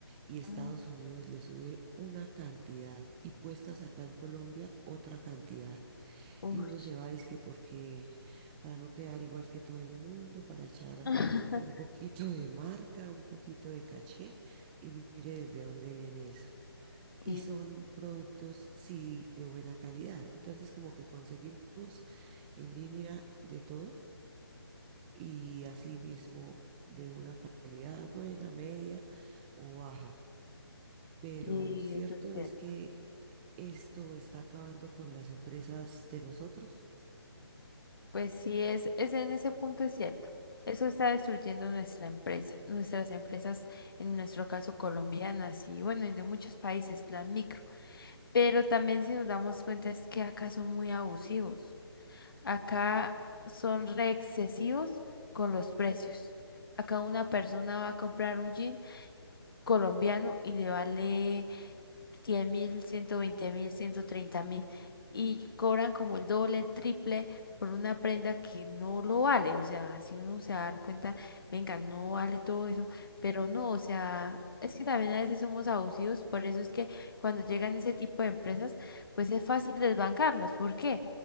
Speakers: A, on the right (about 20°); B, on the left (about 60°).
A: y Estados
B: Ah,
A: Unidos le sube una cantidad y puestas acá en Colombia otra cantidad.
B: Uy,
A: Y uno se va, es que porque para no quedar igual que todo el mundo, para echar
B: <laughs>
A: un poquito de marca, un poquito de caché y mire desde dónde viene eso. Y
B: Sí,
A: son
B: sí.
A: productos, sí, de buena calidad. Entonces, como que conseguimos en línea de todo y así mismo de una calidad buena, media o baja pero
B: sí,
A: lo cierto
B: eso es cierto.
A: es que esto está acabando con las empresas de nosotros.
B: Pues sí, es, es en ese punto es cierto. Eso está destruyendo nuestra empresa, nuestras empresas, en nuestro caso colombianas y bueno, y de muchos países, las micro. Pero también si nos damos cuenta es que acá son muy abusivos. Acá
A: Mm,
B: son re excesivos con los precios. Acá una persona va a comprar un jean colombiano y le vale cien mil, ciento veinte mil, ciento treinta mil y cobran como el doble, el triple por una prenda que no lo vale. O sea, si uno se da cuenta, venga, no vale todo eso, pero no, o sea, es que también a veces somos abusivos, por eso es que cuando llegan ese tipo de empresas, pues es fácil desbancarlos. ¿Por qué?